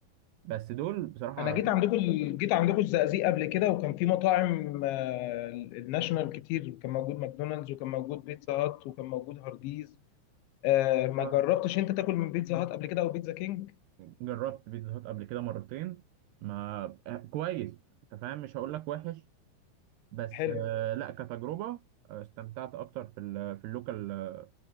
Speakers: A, on the right (about 75°); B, on the left (about 75°).
A: بس دول بصراحة
B: انا جيت عندكم ال- جيت عندكم الزقازيق قبل كده وكان في مطاعم آه الناشونال كتير وكان موجود ماكدونالدز وكان موجود بيتزا هات وكان موجود هارديز آه ما
A: آه،
B: جربتش انت تاكل من بيتزا هات قبل كده او بيتزا كينج
A: جربت بيتزا هات قبل كده مرتين ما آه، كويس انت فاهم مش هقول لك وحش بس
B: حلو
A: آه، لا كتجربة آه، استمتعت اكتر في ال- في اللوكال آه،